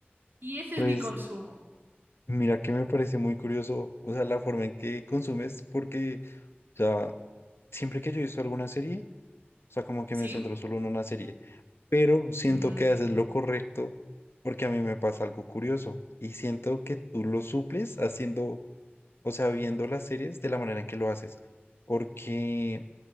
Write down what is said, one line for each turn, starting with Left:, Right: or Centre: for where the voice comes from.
Right: Y ese
Left: Pues
Right: es mi consumo.
Left: mira que me parece muy curioso, o sea, la forma en que consumes, porque, o sea, siempre que yo he visto alguna serie, O sea, como que
Right: ¿Sí?
Left: me centro solo en una serie. Pero siento
Right: Mm,
Left: que haces lo correcto porque a mí me pasa algo curioso y siento que tú lo suples haciendo, o sea, viendo las series de la manera en que lo haces. Porque,